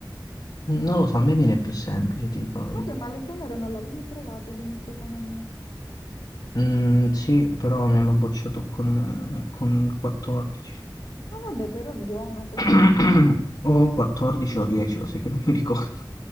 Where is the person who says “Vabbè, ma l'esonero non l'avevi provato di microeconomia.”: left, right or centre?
Left